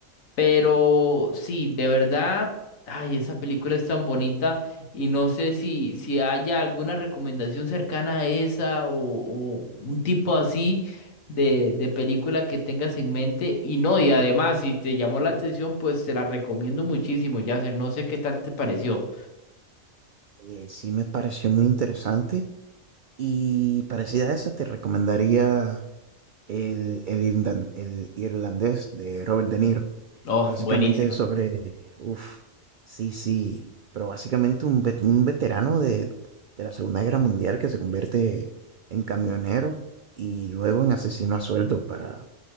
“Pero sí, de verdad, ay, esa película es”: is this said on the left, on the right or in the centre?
Left